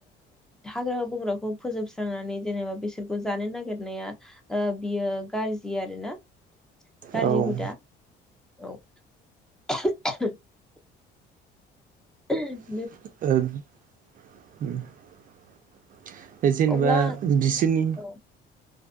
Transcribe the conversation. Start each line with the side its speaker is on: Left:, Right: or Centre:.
Centre: हाग्रा-बंग्राखौ फोजोबस्रांनानै जेनेबा बिसोरखौ जानो नागिरनाया बियो गाज्रि आरो ना। गाज्रि
Right: औ ओ
Centre: हुदा औ <unintelligible> उ <unintelligible>
Right: ओ <inaudible> दे जेनेबा
Centre: अब्ला
Right: बिसोरनि
Centre: औ